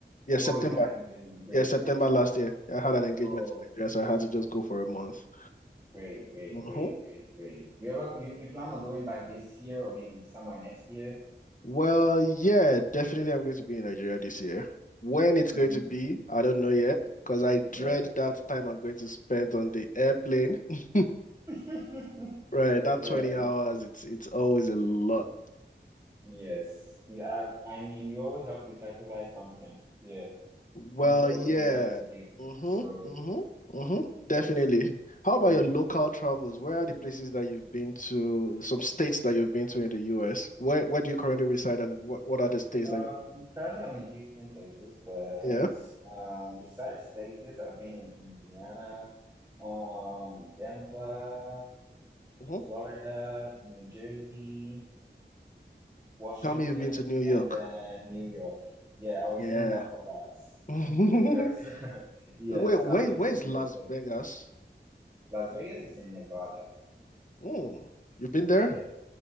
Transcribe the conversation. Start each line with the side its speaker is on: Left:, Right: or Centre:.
Left: Yeah, September.
Right: Oh, you had an engagement. Great,
Left: Yeah, September
Right: great.
Left: last year. I had an engagement
Right: Oh,
Left: in Nigeria, so I had to just go for a month.
Right: great, great,
Left: hmm
Right: great, great, great. You ever you, you plan on going back this year or maybe somewhere next year?
Left: Well, yeah, definitely I'm going to be in Nigeria this year. When it's going
Right: Mm,
Left: to be, I don't know yet, because I
Right: yeah.
Left: dread that time I'm going to spend on the airplane. <laughs>
Right: <laughs>
Left: Right, that
Right: Yeah,
Left: 20 hours, it's it's always a lot.
Right: yes. Yeah, I, I mean, you always have to sacrifice something. Yeah,
Left: Well,
Right: something always
Left: yeah.
Right: got to give.
Left: Mm-hmm.
Right: So,
Left: Mm-hmm. Mm-hmm.
Right: yes.
Left: Definitely. How about
Right: hmm
Left: your local travels? Where are the places that you've been to, some states that you've been to in the US? Where where do you currently reside and what, what are the states
Right: Um,
Left: that you've been to?
Right: currently I'm in Houston, Texas, but
Left: Yeah.
Right: um, besides Texas, I've been in Indiana, um, Denver,
Left: Mm-hmm.
Right: Florida, New Jersey, Washington,
Left: Tell me you've been to New York.
Right: and then New York. Yeah, I was
Left: Yeah.
Right: leaving that for last
Left: <laughs> Wait,
Right: because <laughs> yes,
Left: wait, where's
Right: I've been to New
Left: Las
Right: York
Left: Vegas?
Right: Las Vegas is in Nevada.
Left: Mm. You've been there?
Right: Yeah,